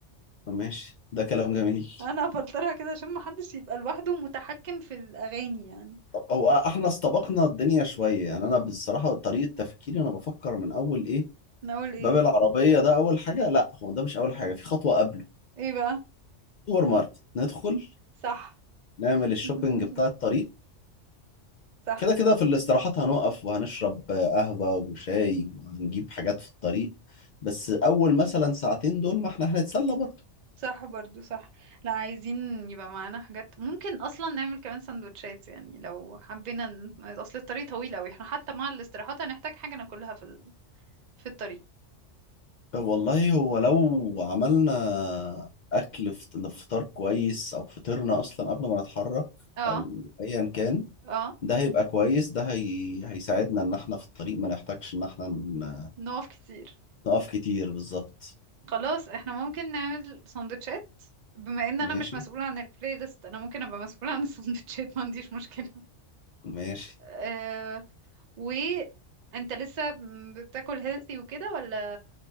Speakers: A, on the left; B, on the right.
A: ماشي ده كلام جميل
B: انا هفلترها كده عشان محدش يبقى لوحده متحكم في الاغاني يعني
A: طب هو احنا استبقنا الدنيا شوية يعني انا بصراحة طريقة تفكيري انا بفكر من اول ايه
B: نقول ايه
A: باب العربية ده اول حاجة لا هو ده مش اول حاجة في خطوة قبله
B: ايه بقى
A: سوبر ماركت ندخل
B: صح
A: نعمل الشوبينج
B: <laughs>
A: بتاع الطريق
B: صح
A: كده كده في الاستراحات هنقف وهنشرب قهوة وشاي وهنجيب حاجات في الطريق بس اول مثلا ساعتين دول ما احنا هنتسلى برضه
B: صح برضو صح لا عايزين يبقى معانا حاجات ممكن اصلا نعمل كمان سندوتشات يعني لو حبينا ن- اصل الطريق طويل قوي احنا حتى مع الاستراحات هنحتاج حاجة ناكلها في ال... في الطريق
A: والله هو لو عملنا اكل فط- فطار كويس او فطرنا اصلا قبل ما نتحرك
B: اه
A: او ايا كان
B: اه
A: ده هيبقى كويس ده هي... هيساعدنا ان احنا في الطريق ما نحتاجش ان احنا ن-
B: نقف كتير
A: نقف كتير بالظبط
B: خلاص احنا ممكن نعمل سندوتشات بما ان انا
A: ماشي
B: مش مسؤولة عن البلاي ليست انا ممكن ابقى مسؤولة عن <laughs> السندوتشات ما عنديش مشكلة
A: ماشي
B: أه و انت لسه بتاكل هيلثي وكده ولا